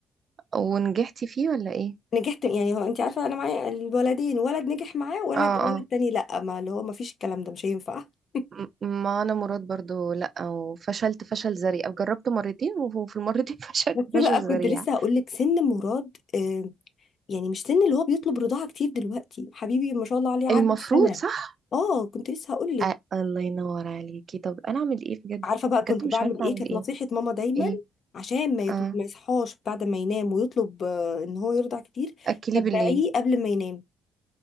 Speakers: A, on the right; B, on the left.
A: ونجحتي فيه ولا ايه
B: نجحت يعني هو انت عارفه انا معايا الولدين ولد نجح معاه ولد
A: اه
B: الولد
A: اه
B: التاني لا ما اللي هو ما فيش الكلام ده مش هينفع <laughs>
A: م- ما انا مراد برضو لا وفشلت فشل ذريع جربت مرتين وفي المرتين <laughs> فشلت
B: بس لا
A: فشل ذريع
B: كنت لسه هقول لك سن مراد آمم، يعني مش سن اللي هو بيطلب رضاعة كتير دلوقتي حبيبي ما شاء الله عليه عدى
A: المفروض
B: السنة
A: صح
B: اه كنت لسه هقول لك
A: أ- الله ينور عليكي طب انا اعمل ايه بجد
B: عارفة بقى
A: بجد
B: كنت
A: مش
B: بعمل
A: عارفه
B: ايه
A: اعمل
B: كانت
A: ايه
B: نصيحة ماما دايما
A: ايه
B: عشان ما يطلب
A: اه
B: ما يصحاش بعد ما ينام ويطلب آه، ان هو يرضع كتير
A: اكلي
B: تبعيه
A: بالليل
B: قبل ما ينام